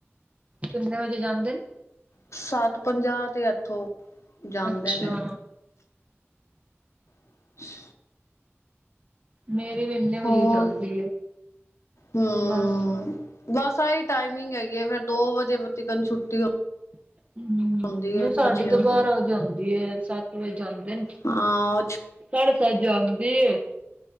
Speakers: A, on the right; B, on the left.
A: ਕਿੰਨੇ ਵਜੇ ਜਾਂਦੇ ਨੇ
B: ਸੱਤ ਪੰਜਾਹ ਤੇ ਇੱਥੋਂ ਜਾਂਦੇ
A: ਅੱਛਾ,
B: ਨੇ <unintelligible>
A: ਮੇਰੀ ਵੀ ਇੰਨੇ ਵਜੇ
B: ਹੋਰ
A: ਜਾਂਦੀ ਆ
B: ਹੂੰ
A: ਬਸ
B: ਬਸ ਆਹੀ ਟਾਈਮਿੰਗ ਹੈਗੀਏ ਫੇਰ ਦੋ ਵਜੇਤੀਕਨ ਛੁੱਟੀ
A: <inaudible> ਹਮ ਨਹੀਂ
B: ਹੁੰਦੀ ਹੈ
A: ਸਾਢੇ
B: ਬੱਚਿਆਂ
A: ਤੋਂ ਬਾਰਾਂ
B: ਦੀ
A: ਵਜੇ ਆਉਂਦੀ ਆ ਸੱਤ ਵਜੇ ਜਾਂਦੇ ਨੇ
B: ਹਾਂ ਉਹ ਛੁ
A: ਸਾਡੇ ਸੱਤ ਜਾਗਦੀ ਏ